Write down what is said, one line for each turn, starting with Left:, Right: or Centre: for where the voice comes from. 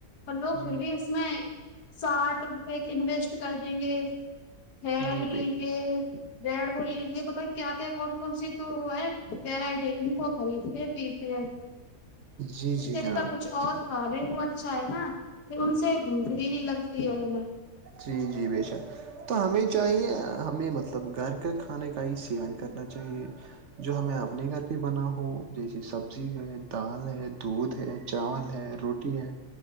Left: اور لوگ
Right: جی
Left: پھر بھی
Right: جی
Left: اس اس میں ساٹھ روپئے کے انویسٹ کر دیں گے ہی
Right: جی بے
Left: لی گ بیڈ بول لیں گے بت کیا کیا کون کون سی تو ہے یرائٹی ان کو خریدتے پ جی
Right: جی جی
Left: ج اس
Right: جناب
Left: کا کچھ اور کااب ہے وہ اچھا ہے نا پ ان سے گھند بھی نہیں لگ تی ہے ن
Right: جی جی ب شک تو ہمیں چاہیے ہمیں مطلب گھر کا کھانے کا ہی سیون کرنا چاہیے جو ہمیں اپنے گھر پہ بنا ہو جیسے سبزی ہے دال ہے دودھ ہے چاول ہے روٹی ہے